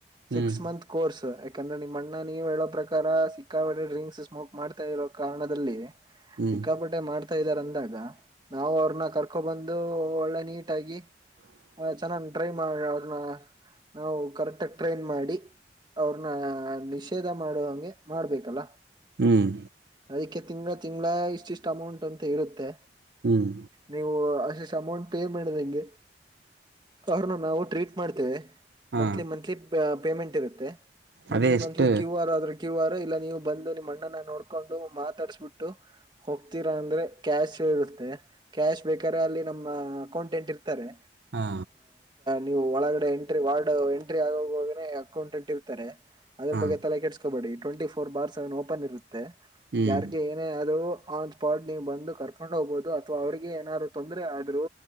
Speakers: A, on the right; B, on the right.
A: ಹ್ಮ್
B: ಸಿಕ್ಸ್ ಮಂತ್ ಕೋರ್ಸ್ ಯಾಕಂದ್ರ ನಿಮ್ಮಣ ನಾನು ನೀವ ಹೇಳೋ ಪ್ರಕಾರ ಸಿಕ್ಕಾಪಟ್ಟೆ ಡ್ರಿಂಕ್ಸ್ ಸ್ಮೋಕ್ ಮಾಡ್ತಾ ಇರೋ ಕಾರಣದಲ್ಲಿ
A: ಹ್ಮ್
B: ಸಿಕ್ಕಾಪಟ್ಟೆ ಮಾಡ್ತಾ ಇದ್ದಾರಂತ ರಾಗ್ ನಾವು ಅವ್ರನ್ನ ಕರ್ಕೊ ಬಂದು ಒಳ್ಳೆ ನೀಟಾಗಿ ಹ ಚೆನ್ನಾಗ್ ಟ್ರೈ ಮಾಡ ಅವ್ರನ್ನ ನಾವು ಕರೆಕ್ಟ್ ಆಗ ಟ್ರೈನ್ ಮಾಡಿ ಅವ್ರನ್ನ ನಿಷೇಧ ಮಾಡುವಂಗೆ ಮಾಡ್ಬೇಕಲ್ಲ
A: ಹ್ಮ್ ಹ್ಮ್
B: ಅದಕ್ಕೆ ತಿಂಗಳ ತಿಂಗಳ ಇಷ್ಟಿಷ್ಟು ಅಮೌಂಟ್ ಅಂತ ಇರುತ್ತೆ
A: ಹ್ಮ್
B: ನೀವು ಅಷಿಷ್ಟ ಅಮೌಂಟ್ ಪೇ ಮಾಡಿದೆ ಹೆಂಗೆ ಅವರ್ನ ನಾವು ಟ್ರೀಟ್ ಮಾಡ್ತೇವೆ
A: ಹಾ
B: ಮಂತ್ಲಿ ಮಂತ್ಲಿ ಪೇಮೆಂಟ್ ಇರುತ್ತೆ ಮಂತ್ಲಿ
A: ಅದೇ ಎಷ್ಟು
B: ಮಂತ್ಲಿ ಕ್ಯೂ ಆರ್ ಆದ್ರೂ ಕ್ಯೂ ಆರ್ ಇಲ್ಲ ನೀವು ಬಂದು ನಿಮ್ಮ ಅಣ್ಣನ್ ನೋಡ್ ಕೊಂಡು ಮಾತಾಡಸ್ಬಿಟ್ಟು ಹೋಗ್ತೀರಾ ಅಂದ್ರೆ ಕ್ಯಾಶ್ ಇರುತ್ತೆ ಕ್ಯಾಶ್ ಬೇಕ್ರೆ ಅಲ್ಲಿ ನಮ್ಮ ಅಕೌಂಟೆಂಟ್ ಇರ ತಾರೇ
A: ಹಾ
B: ನೀವು ಒಳಗಡೆ ಎಂಟ್ರಿ ವಾರ್ಡ್ ಎಂಟ್ರಿ ಆಗೋಗೆ ಅಕೌಂಟೆಂಟ್ ಇರ್ತಾರೆ ಅದರ
A: ಹಾ
B: ಬಗ್ಗೆ ತಲೆ ಕೆಡಿಸ್ಕೊಬೇಡಿ twenty four bar seven open ಇರುತ್ತೆ
A: ಹ್ಮ್
B: ಯಾರಿಗೆ ಏನೇ ಆದ್ರೂ ಆನ್ ಸ್ಪಾಟ್ ನೀವು ಬಂದು ಕರ್ಕೊಂಡ್ ಹೋಗಬಹುದು ಅಥವಾ ಅವ್ರರಿಗೆ ಏನಾರು ತೊಂದರೆ ಆದ್ರು